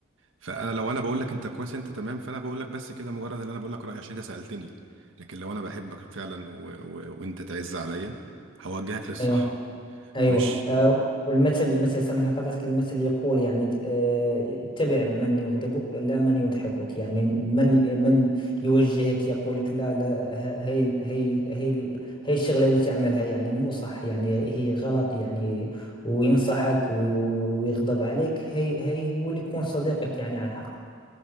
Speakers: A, on the right; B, on the left.
A: فأنا لو أنا بقول لك أنت كويس أنت تمام فأنا بقول لك بس كده مجرد إن أنا بقول لك رأيي عشان أنت سألتني لكن لو أنا بحبك فعلا و... و... وأنت تعز عليا هوجهك للصح
B: أيوه ايوه
A: مش
B: آه، والمثل المثل سامحني قطعتك المثل يقول يعني آه، اتبع من يغضبك لا من يضحكك يعني من من يوجهك يقول لك لا لا ه- هي هي هي هي الشغله اللي تعملها يعني مو صح يعني هي غلط يعني وينصحك ويغضب عليك هي هي هو اللي يكون صديقك يعني عن حق